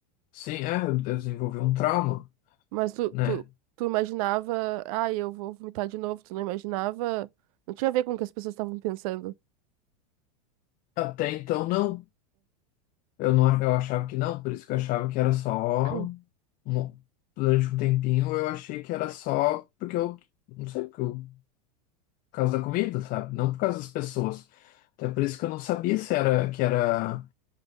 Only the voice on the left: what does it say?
Sim, é, eu desenvolvi um trauma,
né?
Até então não. Eu não, eu achava que não, por isso que eu achava que era só
mo- durante um tempinho eu achei que era só porque eu, não sei, porque eu, por causa da comida, sabe? Não por causa das pessoas. Até por isso que eu não sabia se era, que era